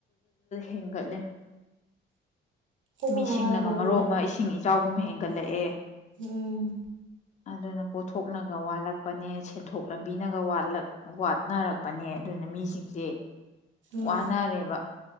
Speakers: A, on the left (about 35°); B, on the right (about 70°).
A: <inaudible> ꯒꯠꯂꯦ
B: ꯀꯣꯛꯀ
A: ꯃꯤꯁꯤꯡꯅꯒ
B: ꯉꯥꯎꯋꯦ ꯍꯥꯏꯕꯅꯤꯗ
A: ꯃꯔꯣ ꯑꯃ ꯏꯁꯤꯡ ꯏ ꯆꯒꯨꯝ ꯍꯦꯟꯒꯠꯂꯛꯑꯦ
B: ꯎꯝ
A: ꯑꯗꯨꯅ ꯄꯣꯠꯊꯣꯛꯅꯒ ꯋꯥꯠꯂꯛꯄꯅꯦ ꯁꯦꯟꯊꯣꯛ ꯂꯝꯕꯤꯅꯒꯠ ꯋꯥꯠꯅꯔꯛꯄꯅꯦ ꯑꯗꯨꯅ ꯃꯤꯁꯤꯡꯁꯦ
B: ꯎꯝ
A: ꯋꯥꯅꯔꯦꯕ